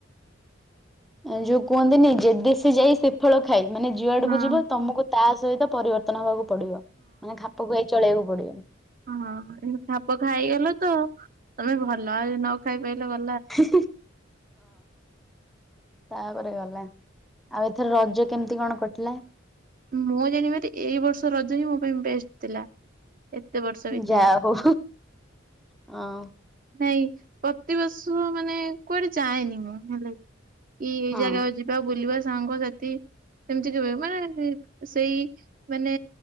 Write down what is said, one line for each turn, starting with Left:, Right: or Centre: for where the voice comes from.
Centre: ଯୋଉ କୁହନ୍ତିନି ଯେ ଦେଶେ ଯାଇ ସେଫଳ ଖାଇ ମାନେ ଯୁଆଡକୁ
Right: ହଁ।
Centre: ଯିବ ତମକୁ ତା ସହିତ ପରିବର୍ତ୍ତନ ହବାକୁ ପଡିବ ମାନେ ଖାପ ଖୁଆଇ ଚଳେଇବାକୁ ପଡିବ ।
Right: ହଁ ହଁ ଏମତି ଖାପ ଖାଇଗଲ ତ ତମେ ଭଲ ଆଉ ନ ଖାଇ ପାଇଲ ଗଲ।
Centre: ହଁ। ତାପରେ ଗଲା ଆଉ ଏଥର ରଜ କେମିତି କଣ କଟିଲା?
Right: ମୁଁ ଜାଣିବାରେ ଏଇ ବର୍ଷ ରଜ ହିଁ ମୋ ପାଇଁ ବେଷ୍ଟ ଥିଲା। ଏତେ ବର୍ଷ ଭିତରେ
Centre: ଯା ହଉ ହଁ
Right: ନାଇଁ। ପ୍ରତିବର୍ଷ ମାନେ କୁଆଡେ ଯାଏନି ମୁଁ ହେଲେ କି ଏଇ
Centre: ହଁ
Right: ଜାଗା କୁ ଯିବା ବୁଲିବା। ସାଙ୍ଗସାଥି ସେମିତି କେବେ ମାନେ ସେଇ ମାନେ